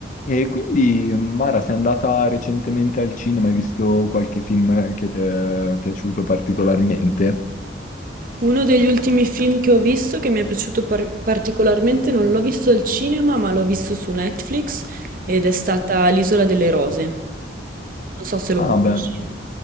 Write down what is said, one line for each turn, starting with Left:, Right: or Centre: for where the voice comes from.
Left: E quindi, Mara, sei andata recentemente al cinema, hai visto qualche film che ti è piaciuto particolarmente?
Right: Uno degli ultimi film che ho visto, che mi è piaciuto par- particolarmente, non l'ho visto al cinema, ma l'ho visto su Netflix ed è stata L'Isola delle Rose. Non so se lo
Left: Ah,
Right: conosci.
Left: beh.